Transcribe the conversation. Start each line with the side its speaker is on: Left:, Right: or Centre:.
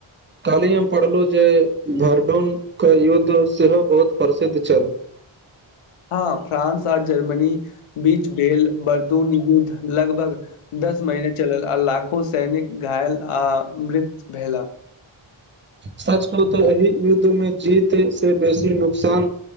Right: काल्हि हम पढ़लु जे भर्डून के युद्ध सेहो बहुत प्रसिद्ध छल
Left: हँ फ्रांस आर जर्मनी बीच बेल बर्दून युद्ध लगभग दस महिने चलल आ लाखो सैनिक घायल आ मृत भेला <unintelligible>
Right: सच कहु तऽ एहि युद्ध में जीत से बेसी नुकसान